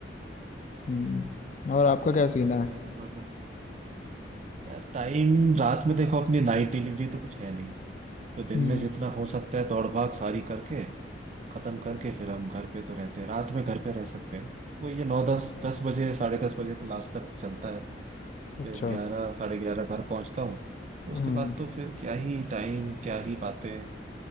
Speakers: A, on the left; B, on the right.
A: हम्म और आपका
B: देखते
A: क्या सीन
B: हैं
A: है
B: भाई अपना तो यार टाइम रात में देखो अपनी नाइट डिलीवरी तो कुछ है नहीं तो दिन
A: हम्म
B: में जितना हो सकता है दौड़ भाग सारी करके खत्म करके फिर हम घर पे तो रहते हैं रात में घर पे रह सकते हैं वो ये नौ दस दस बजे साढ़े दस बजे तो लास्ट तक चलता है
A: अच्छा
B: फिर ग्यारह साढ़े ग्यारह घर पहुंचता हूँ तो उसके
A: हम्म
B: बाद तो फिर क्या ही टाइम क्या ही बातें